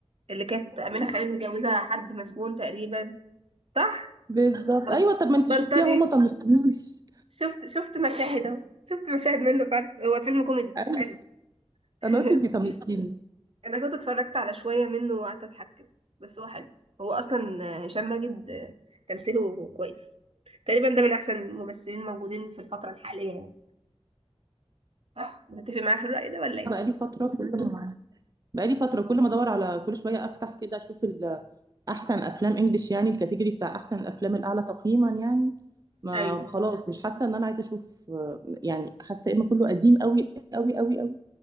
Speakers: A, on the right; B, on the right.
A: اللي كانت أمينة خليل متجوزة حد مسجون تقريبا صح
B: بالظبط
A: بل-
B: ايوه طب ما انتي
A: بلطجي
B: شفتيها هما طنشتنيش
A: شفت شفت مشاهد اهو شفت مشاهد منه فعلا هو فيلم كوميدي
B: ايوه
A: حلو <laughs>
B: انا قلت انتي طنشتيني
A: انا كنت اتفرجت على شويه منه وقعدت اضحك كده بس هو حلو هو اصلا هشام ماجد تمثيله كويس تقريبا ده من احسن الممثلين موجودين في الفتره الحاليه يعني صح متفق معايا في الراي ده ولا ايه
B: بقالي فترة كل ما بقالي فترة كل ما ادور على كل شوية افتح كده اشوف ال- احسن افلام انجلش يعني الكاتيجوري بتاع احسن الافلام الاعلى تقييما يعني ما
A: ايوه
B: خلاص مش حاسة ان انا عايزة اشوف آه، يعني حاسة يا اما كله قديم قوي قوي قوي قوي